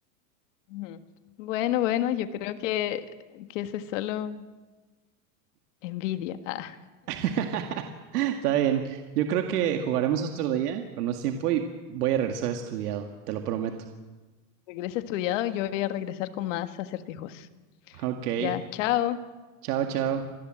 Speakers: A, on the left; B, on the right.
A: Ujú. Bueno, bueno, yo creo que, que eso es solo envidia. Ah,
B: <laughs> Está bien. Yo creo que jugaremos otro día con más tiempo y voy a regresar estudiado, te lo prometo.
A: regreso estudiado, yo voy a regresar con más acertijos.
B: Ok,
A: Ya, chao.
B: chao, chao.